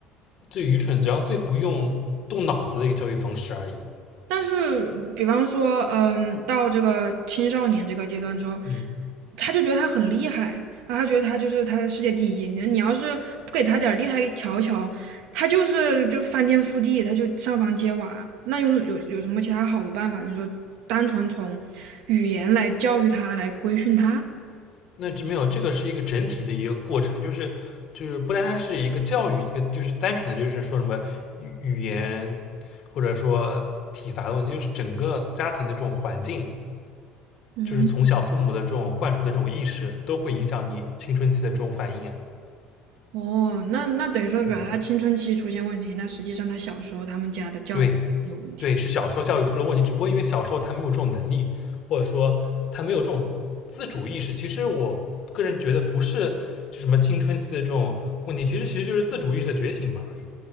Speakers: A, on the left; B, on the right.
A: 最愚蠢，然后最不用动脑子的一个教育方式而已。
B: 但是，比方说，嗯，到这个青少年这个阶段之后，
A: 嗯。
B: 他就觉得他很厉害啊，他觉得他就是他的世界第一。你你要是不给他点厉害瞧瞧，他就是就翻天覆地，他就上房揭瓦。那用有有什么其他好的办法？你说单纯从语言来教育他，来规训他？
A: 那这没有，这个是一个整体的一个过程，就是就是不单单是一个教育，一个就是单纯的就是说什么语语言或者说体罚的问题，就是整个家庭的这种环境，
B: 嗯，
A: 就是从小父母的这种灌输的这种意识，都会影响你青春期的这种反应啊。
B: 哦，那那等于说表达他青春期出现问题，
A: 嗯，
B: 那实际上他小时候他们家的教育已经有问题了
A: 对对，是小时候教育出了问题，只不过因为小时候他没有这种能力，或者说他没有这种自主意识。其实我个人觉得不是就什么青春期的这种问题，其实其实就是自主意识的觉醒嘛而已。